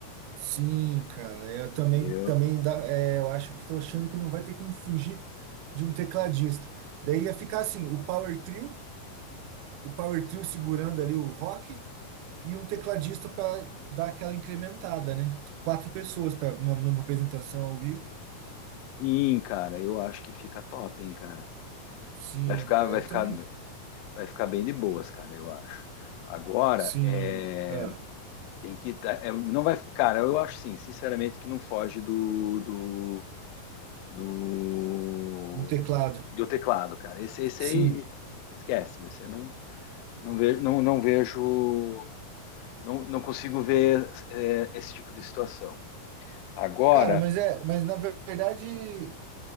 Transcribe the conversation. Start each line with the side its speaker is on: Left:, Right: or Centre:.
Right: sim, cara, eu também,
Left: Entendeu?
Right: também dá, é, eu acho que estou achando que não vai ter que me fugir de um tecladista. Daí ia ficar assim, o Power Trio. o Power Trio segurando ali o rock e um tecladista para dar aquela incrementada, né? Quatro pessoas para uma, numa apresentação ao vivo.
Left: Sim, cara, eu acho que fica top, hein, cara.
Right: Sim,
Left: Vai ficar,
Right: cara,
Left: vai
Right: eu
Left: ficar,
Right: também.
Left: vai ficar bem de boas, cara, eu acho. Agora,
Right: Sim,
Left: é
Right: ah,
Left: Tem que. tá- é, não vai. Cara, eu acho sim, sinceramente, que não foge do. do, do,
Right: no teclado.
Left: do teclado, cara. Esse, esse
Right: Sim.
Left: aí esquece, meu. Você não, não vejo, não, não vejo. Não, não consigo ver é, esse tipo de situação. Agora,
Right: Cara, mas é, mas na verdade